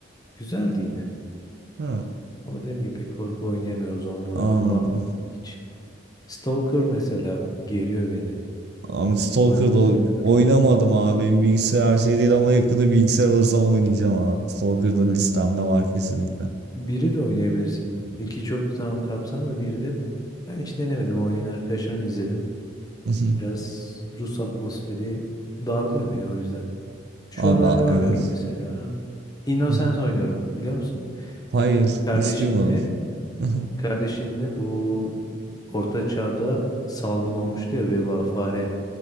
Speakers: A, on the left; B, on the right.
A: Güzeldi yine.
B: Ha,
A: Ama dediğim gibi pek korku oynayamıyorum. Zombi oyunu
B: Anladım.
A: falan hiç. Stalker mesela geriyor beni.
B: Abi Stalker'da
A: Oynadı mı
B: oy-
A: bilmiyorum.
B: oynamadım abi. Benim bilgisayar her şey değil ama yakında bilgisayar alırsam oynayacağım abi. Stalker'da listemde var kesinlikle.
A: Biri de oynayabilirsin. İki çok tamam kapsamlı biri de ben hiç denemedim. Oynayan arkadaşlarımı izledim.
B: <laughs>
A: Biraz Rus atmosferi darlıyor beni o yüzden. Şu
B: Abi
A: aralar
B: a-
A: ne
B: evet.
A: oynuyorum mesela? Innocence
B: <laughs>
A: oynuyorum biliyor musun?
B: Hayır,
A: Kardeşinle
B: hiç duymadım. <laughs>
A: kardeşinle bu Orta Çağ'da salgın olmuştu ya veba fare.